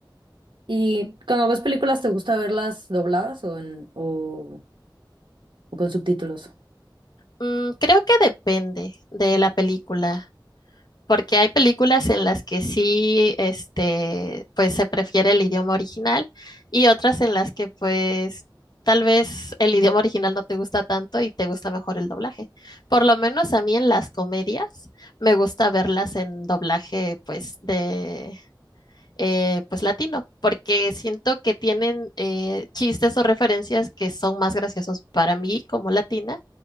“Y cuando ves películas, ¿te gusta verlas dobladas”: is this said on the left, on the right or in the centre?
Right